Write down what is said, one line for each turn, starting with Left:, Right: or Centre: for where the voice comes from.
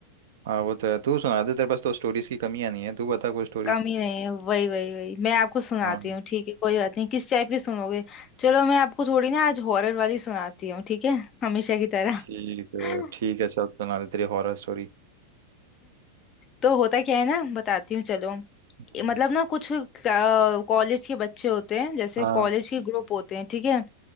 Right: हाँ वो तो है तू सुना दे तेरे पास तो स्टोरीज की कमियां नहीं है तू बता कोई स्टोरी
Left: कम ही नहीं है वही वही वही मैं आपको सुनाती
Right: हाँ
Left: हूँ ठीक है कोई बात नहीं किस टाइप की सुनोगे चलो मैं आपको थोड़ी ना आज हॉरर वाली सुनाती हूँ ठीक है हमेशा की तरह
Right: ठीक है
Left: <laughs>
Right: ठीक है चल सुना दे तेरी हॉरर स्टोरी
Left: तो होता क्या है ना बताती हूँ चलो
Right: हम्म,
Left: ये मतलब ना कुछ कॉलेज के बच्चे होते हैं जैसे
Right: हाँ
Left: कॉलेज के ग्रुप होते हैं ठीक है